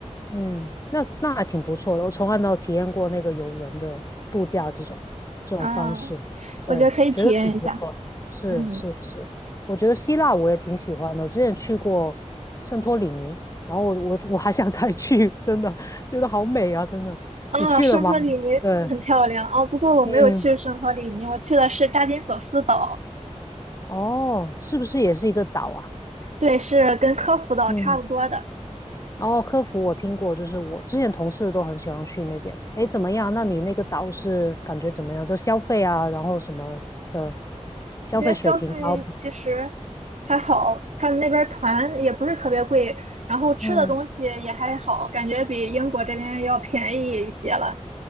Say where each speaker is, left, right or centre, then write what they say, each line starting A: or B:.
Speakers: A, on the left; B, on the right.
A: 嗯，那那还挺不错的，我从来没有体验过那个游轮的度假这种这种方式，
B: 嗯，
A: 对，
B: 我觉得可以体验一下。
A: 觉得挺不错。是是是，
B: 嗯。
A: 我觉得希腊我也挺喜欢的，之前去过圣托里尼，然后我我我还想再去，真的觉得好美啊，真的。
B: 啊，
A: 你去了吗？
B: 圣托里尼很漂亮啊，
A: 对，
B: 不过我没有去圣托里尼，
A: 嗯，
B: 我去的是大金索斯岛，
A: 哦，是不是也是一个岛啊？
B: 对，是跟科孚岛差不多的。
A: 嗯。哦，科服我听过，就是我之前同事都很喜欢去那边。诶，怎么样？那你那个岛是感觉怎么样？就消费啊，然后什么的，消费水平高吗？
B: 我觉得消费其实还好，他们那边儿团也不是特别贵，然后吃的东西也还好，
A: 嗯
B: 感觉比英国这边要便宜一些了。